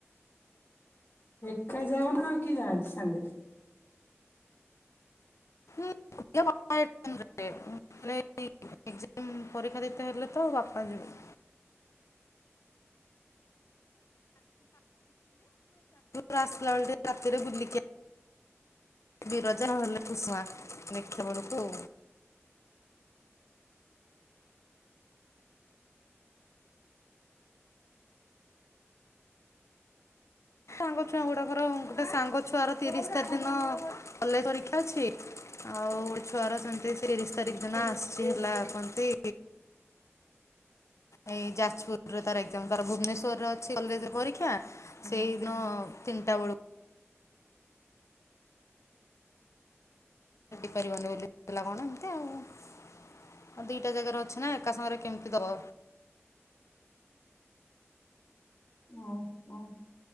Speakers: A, on the left; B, on the left.
A: ଏକା ଯାଉନା ଆଉ କିଏ ଯାଆନ୍ତି ସାଙ୍ଗରେ
B: ପରୀକ୍ଷା ଦେଇ ହେଲେ ତ ବାପା ଯିବେ ରାସଲା ଚାତରେ ବୁଲିିକ <unintelligible> <inaudible> ବିରଯା ନହଲେ ଖୁସୁମା ଦେଖିବା ବେଳକୁ ସାଙ୍ଗ ଛୁଆ ଗୁଡ଼ାକର ଗୋଟେ ସାଙ୍ଗ ଛୁଆର ତିରିଶ ତାରିଖ ଦିନ କଲେଜ ପରୀକ୍ଷା ଅଛି ଆଉ ଗୋଟେ ଛୁଆର ସେମିତି ତିରିଶ ତାରିଖ ଦିନ ଆସିଛି ହେଲା କରନ୍ତି ଏଇ ଯାଜପୁରରେ ତାର ଏକ୍ସଜାମ ତାର ଭୁବନେଶ୍ୱର ରେ ଅଛି କଲେଜ ପରୀକ୍ଷା ସେଇଦିନ ତିନିଟା ବେଳକୁ। ପାରିବନି ବୋଲି କଣ ଏମତି ଆଉ ଆଉ ଦିଟା ଜାଗାରେ ଅଛି ନା ଏକା ସାଙ୍ଗରେ କେମିତି ଦବ
A: ହଁ ହଁ।